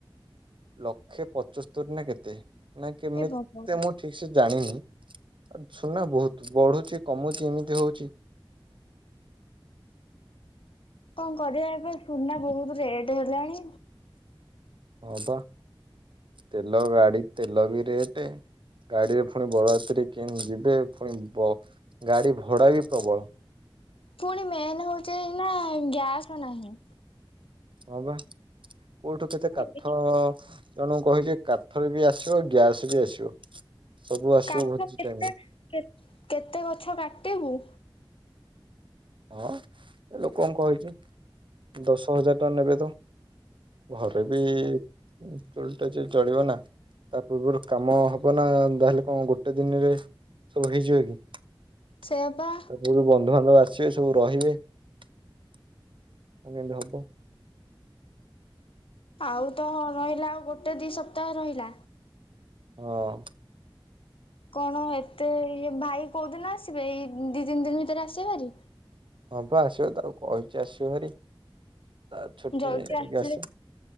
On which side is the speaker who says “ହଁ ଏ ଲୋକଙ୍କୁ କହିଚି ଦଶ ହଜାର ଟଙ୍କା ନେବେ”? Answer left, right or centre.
Right